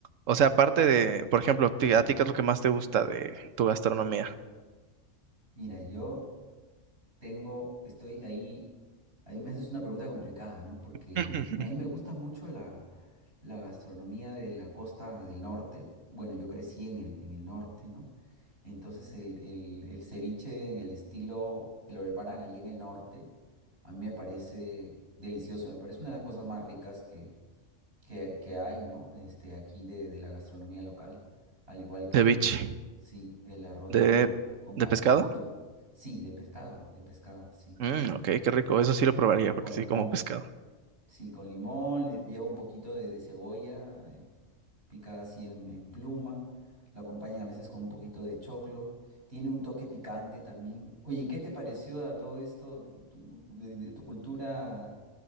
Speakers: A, on the right (about 80°); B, on the right (about 50°).
A: o sea, aparte de, por ejemplo, ti- ¿a ti qué es lo que más te gusta de tu gastronomía?
B: Mira, yo tengo, estoy ahí, ahí me haces una pregunta complicada, ¿no? Porque
A: <laughs>
B: me- a mí me gusta mucho la, la gastronomía de la costa del norte. Bueno, yo crecí en el, en el norte, ¿no? Entonces el, el, el ceviche en el estilo que lo preparan ahí en el norte, a mí me parece delicioso, me parece una de las cosas más ricas que, que hay, ¿no? Este, aquí de, de la gastronomía local, al igual que
A: Ceviche.
B: el, sí, el arroz
A: ¿De,
B: con, con
A: de
B: cabrito,
A: pescado?
B: sí, de pescado, de pescado, sí,
A: Mm, ok, qué rico. Eso sí lo probaría porque
B: con
A: sí
B: limón,
A: como pescado.
B: sí, con limón, le lleva un poquito de, de cebolla, eh, picada así en, en pluma, lo acompañan a veces con un poquito de choclo, tiene un toque picante también. Oye, ¿qué te pareció a todo esto, tu, tu- de de tu cultura?